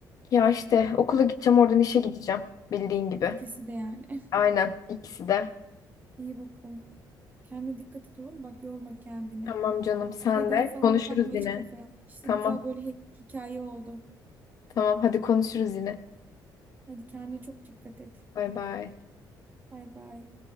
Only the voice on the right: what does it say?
İkisi de yani.
<laughs> İyi bakalım. Kendine dikkat et olur mu? Bak yorma kendini.
Şeyda'yı
falan
da takma hiç
kafaya. İşte
güzel böyle hi- hikaye oldu.
Hadi kendine çok dikkat et.
Bay bay.